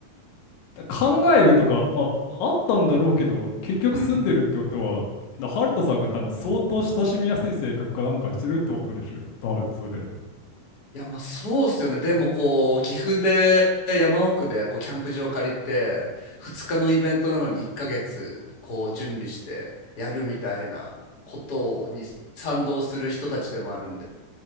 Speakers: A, on the left; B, on the left.
A: 考えるとか、まあ、あったんだろうけど、結局住んでるってことは、
B: うん。
A: なハルトさんが多分相当親しみやすい性格かなんかしてるってことでしょうよ、多分それ。
B: いや、まあそうっすよね。でもこう、岐阜で山奥でこうキャンプ場借りて、2日のイベントなのに1ヶ月こう準備してやるみたいなことに賛同する人たちでもあるんで、